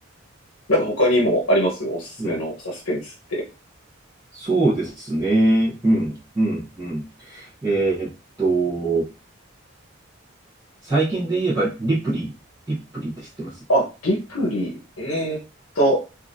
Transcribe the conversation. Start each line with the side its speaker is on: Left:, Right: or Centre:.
Left: なんか他にもありますおすすめのサスペンスって。
Right: うん。そうですね。うん。うん。うん。えーっと、最近で言えば、リプリー。リプリーって知ってます
Left: あ、リプリー。えーっと、